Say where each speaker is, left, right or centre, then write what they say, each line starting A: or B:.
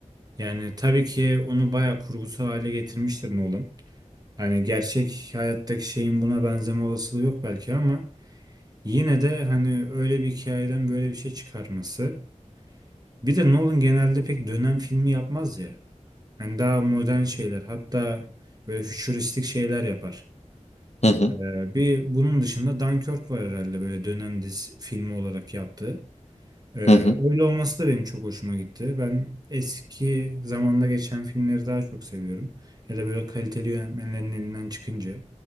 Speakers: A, on the right; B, on the left.
A: Yani tabii ki onu bayağı kurgusal hale getirmiştir Nolan. Hani gerçek hayattaki şeyin buna benzeme olasılığı yok belki ama yine de hani öyle bir hikayeden böyle bir şey çıkarması. Bir de Nolan genelde pek dönem filmi yapmaz ya. Hani daha modern şeyler hatta böyle fütüristik şeyler yapar.
B: Hı hı
A: Ee, bir bunun dışında Dunkirk var herhalde böyle dönem dizi filmi olarak yaptığı. Ee,
B: hı hı.
A: öyle olması da benim çok hoşuma gitti. Ben eski zamanda geçen filmleri daha çok seviyorum. Hele böyle kaliteli yönetmenlerin elinden çıkınca